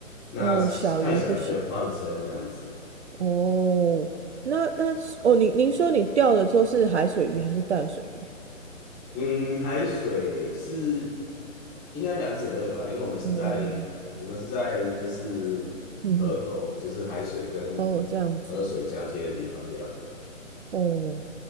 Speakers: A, on the left; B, on the right.
A: 那太小了就放生这样子。
B: 哦，小鱼不行。哦，那那是哦，您您说你钓的都是海水鱼还是淡水鱼？
A: 嗯，海水是应该两者都有吧，因为我们是在我们是在就是河口，
B: 哦，嗯哼，
A: 就是海水跟
B: 哦，这样子，
A: 河水交接的地方钓的。
B: 哦，